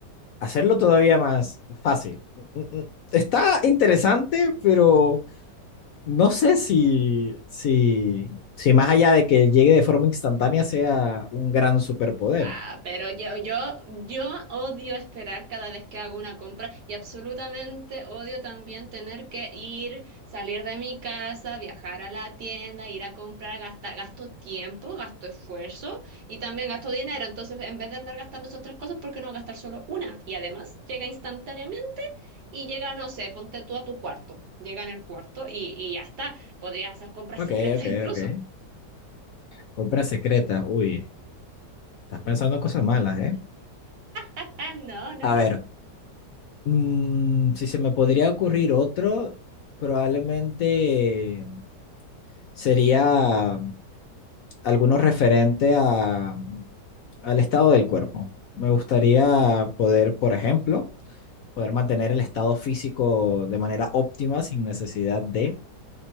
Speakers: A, on the left; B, on the right.
A: hacerlo todavía más fácil. Mm, mm, Está interesante, pero no sé si, si, si más allá de que llegue de forma instantánea sea un gran superpoder.
B: Ah, pero yo, yo, yo odio esperar cada vez que hago una compra y absolutamente odio también tener que ir, salir de mi casa, viajar a la tienda, ir a comprar, gastar, gasto tiempo, gasto esfuerzo y también gasto dinero. Entonces, en vez de andar gastando esas tres cosas, ¿por qué no gastar solo una? Y además llega instantáneamente y llega, no sé, ponte tú a tu cuarto. Llega en el cuarto y, y ya está. Podrías hacer compras
A: Ok,
B: secretas
A: ok,
B: incluso.
A: ok. Compras secretas, uy, estás pensando cosas malas, ¿eh?
B: Ah, no, no, no.
A: A ver, mm, si se me podría ocurrir otro, probablemente sería alguno referente a, al estado del cuerpo. Me gustaría poder, por ejemplo, poder mantener el estado físico de manera óptima sin necesidad de